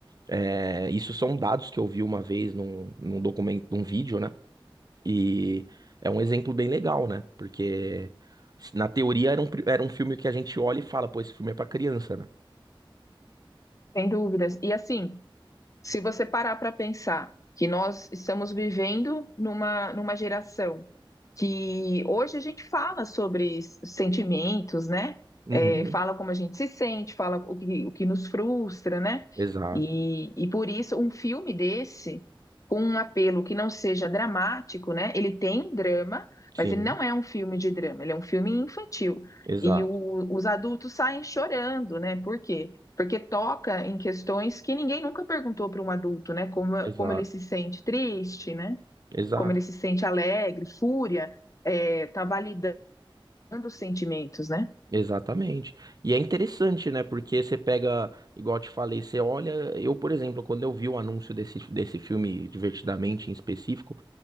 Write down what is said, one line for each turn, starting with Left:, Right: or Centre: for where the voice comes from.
Right: é, isso são dados que eu vi uma vez num, num documento, num vídeo, né? E é um exemplo bem legal, né? Porque na teoria era um, pri- era um filme que a gente olha e fala, pô, esse filme é pra criança, né?
Left: Sem dúvidas. E assim, se você parar para pensar que nós estamos vivendo numa, numa geração que hoje a gente fala sobre sentimentos, né?
Right: Uhum.
Left: É, fala como a gente se sente, fala o que, o que nos frustra, né?
Right: Exato,
Left: E, e por isso, um filme desse, com um apelo que não seja dramático, né? Ele tem um drama,
Right: sim,
Left: mas ele não é um filme de drama, ele é um filme infantil.
Right: exato,
Left: E o- os adultos saem chorando, né? Por quê? Porque toca em questões que ninguém nunca perguntou para um adulto, né? Como,
Right: exato.
Left: como ele se sente triste, né?
Right: Exato.
Left: como ele se sente alegre, fúria, é, tá validando os sentimentos, né?
Right: Exatamente. E é interessante, né? Porque você pega, igual eu te falei, você olha. Eu, por exemplo, quando eu vi o anúncio desse, desse filme, Divertidamente em específico,